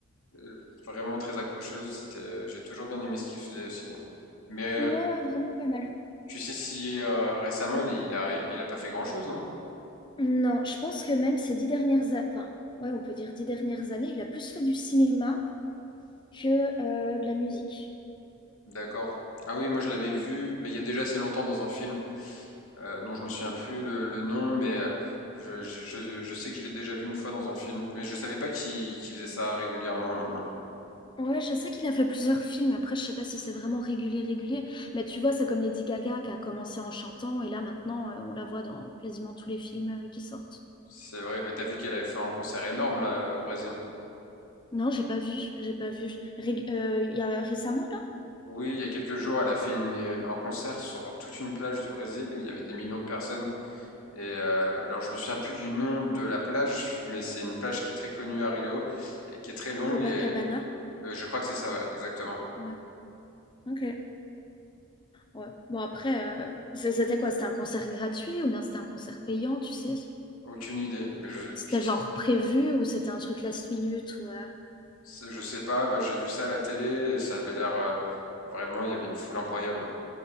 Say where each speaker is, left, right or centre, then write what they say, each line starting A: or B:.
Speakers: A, on the left; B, on the left.
A: euh, vraiment très accrocheuses. C'était, euh, j'ai toujours bien aimé ce qu'il faisait aussi. hein. Mais euh,
B: Ouais, ouais, vraiment pas mal.
A: tu sais si euh, récemment il, est- il a, ré- il a pas fait grand-chose, non?
B: Non, je pense que même ces dix dernières années, enfin, ouais, on peut dire dix dernières années, il a plus fait du cinéma que euh, de la musique.
A: D'accord. Ah oui, moi je l'avais
B: Ouais.
A: vu mais il y a déjà assez longtemps dans un film euh, dont je me souviens plus le, le nom, mais euh, je, je- je- je sais que je l'ai déjà vu une fois dans un film, mais je savais pas qu'il qu'il faisait ça régulièrement maintenant.
B: Ouais, je sais qu'il a fait plusieurs films. Après, je sais pas si c'est vraiment régulier, régulier. Mais tu vois, c'est comme Lady Gaga qui a commencé en chantant et là maintenant, euh, on la voit dans quasiment tous les films euh, qui sortent.
A: C'est vrai, mais t'as vu qu'elle avait fait un concert énorme là au Brésil.
B: Non, j'ai pas vu, j'ai pas vu. Rég- euh, Il y a récemment là,
A: Oui, il y a quelques jours, elle a fait une- un concert sur toute une plage du Brésil où il y avait des millions de personnes. Et euh, alors je me souviens plus du nom de la plage, mais c'est une plage qui est très connue à Rio et qui est très longue
B: Copacabana.
A: et euh, je crois que c'est ça, ouais, exactement.
B: Ouais. Ok. Ouais. Bon après, euh, c'est- c'était quoi? C'était un concert gratuit ou bien c'était un concert payant, tu sais?
A: Aucune idée, mais je,
B: C'était
A: je-
B: genre prévu ou c'était un truc last minute ou euh,
A: C'est- Je sais pas, bah, j'ai vu ça à la télé et ça avait l'air euh, vraiment, il y avait une foule incroyable.